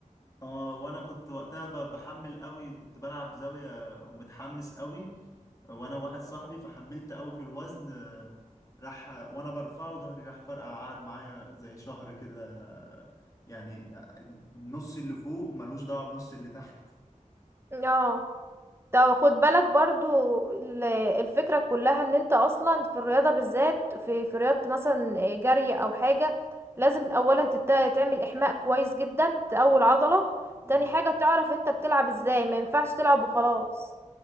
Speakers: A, on the left; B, on the right.
A: اه وانا كنت وقتها ب- بحمل قوي كنت بلعب زاوية ومتحمس قوي وانا واحد صاحبي فحملت قوي في الوزن آه، راح وانا برفعه ظهري راح فرقع قعد معايا زي شهر كده آه، يعني نص اللي فوق ملوش دعوة بنص اللي تحت
B: اه طب خد بالك برضو ال- الفكرة كلها ان انت اصلا في الرياضة بالذات في في رياضة مثلا جري او حاجة لازم اولا تت- تعمل احماء كويس جدا تقوي العضلة
A: مم.
B: تاني حاجة تعرف انت بتلعب ازاي ما ينفعش تلعب وخلاص